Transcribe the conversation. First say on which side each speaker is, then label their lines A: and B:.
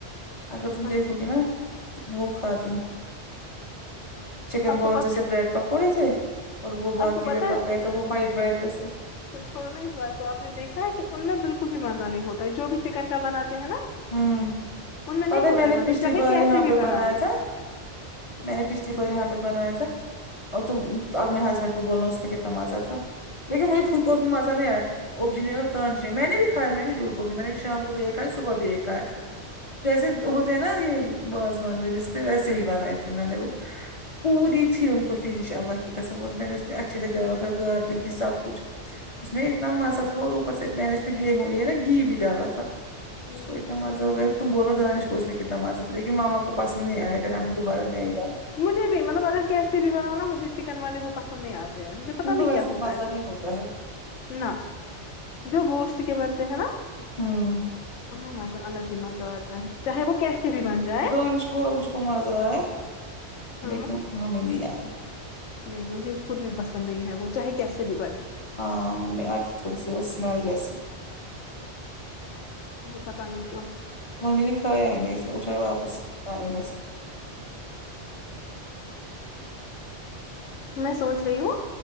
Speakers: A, on the left; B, on the left.
A: اگر تم دیکھو
B: اچھا
A: گی نا تو وہ کھاتی چکن
B: آپ
A: بلز
B: کو پتا
A: جیسے بریڈ پکوڑے تھے اور وہ باقی
B: آپ کو پتا
A: جو پکاے تھے وہ وائٹ وائٹ جیسے
B: چوڑو میں اس بات تو آپ نے دیکھنا ہے کہ ان میں بالکل بھی مزہ نہیں ہوتا ہے جو بھی چکن کا بناتے ہیں نا
A: ہوں
B: ان نہیں
A: پتا ہی
B: ہوتا
A: میں نے
B: ہے مزہ
A: پچھلی
B: چاہے
A: بار
B: کیسے
A: یہاں
B: بھی
A: پہ بنایا
B: بناؤ
A: تھا میں نے پچھلی بار یہاں پہ بنایا تھا اور تم اپنے ہسبینڈ کو بولنا اس میں کتنا مزہ تھا لیکن مجھے خود کو اس میں مزہ نہیں آیا اب جنے اور تانش میں نے بھی کھایا میں نے جھوٹ بولو میں نے شام کو بھی ایک کھایا صبح بھی ایک کھیا جیسے ہوتے ہیں نا یہ وازوان میں رشتے ویسے ہی بنائے تھے میں نے وہ پوری تھی انکو فنش اللہ کی قسم اور میں نے اچھا سے دالا تھا گارلک بھی سب کچھ اس میں اتنا مزہ تھا اور اوپر سے میں نے اس میں گیہوں یہ نا گھی بھی ڈالا تھا
B: ہاں
A: اس کو نماز ہو گیا تم بولو دانش کو اس میں کتنا مزہ تھا لیکن ماما کو پسند نہیں آیا پھرا ہم نے دوبارہ نہیں بنایا
B: مجھے بھی مطلب اگر کیسے بھی بناؤ نا مجھے چکن والے وہ پسند نہیں آتے مجھے پتا
A: ان
B: نہیں
A: کو ویسا
B: کیا ہوتا
A: مزہ
B: ہے
A: نہیں ہوتا ہے
B: نہ جو گوشت کے بنتے ہیں نا
A: ہوں
B: انہیں مزہ الگ ہی مزہ آتا ہے چاہے وہ کیسے بھی بن جائے
A: دانش کو اس کو مزہ آیا
B: ہاں
A: لیکن ہمیں نہیں آیا
B: نہیں مجھے خود بھی پسند نہیں ہے وہ چاہے کیسے بھی بنے
A: ہاں ان میں آ تھوڑا سے سمل جیسی
B: جی پتا نہیں کیو
A: ممی نے کھایا ہے نہیں اس اٹھایا واپس کھانے میں
B: میں سوچ رہی ہوں